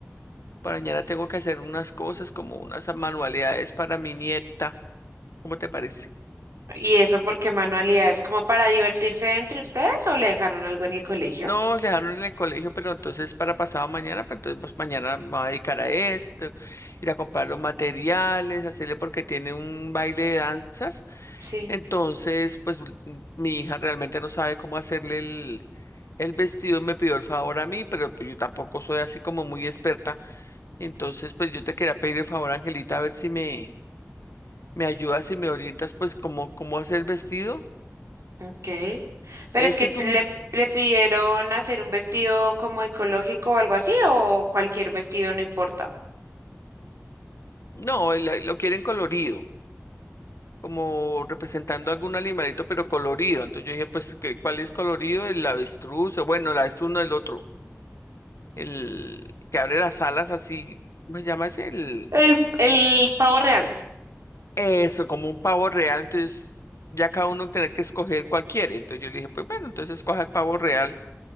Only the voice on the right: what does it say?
¿Y eso por qué manualidades? ¿Como para divertirse entre ustedes o le dejaron algo en el colegio?
Sí,
ok. Pero
es que
le,
le pidieron hacer un vestido como ecológico o algo así, o cualquier vestido no importa.
El, el pavo real.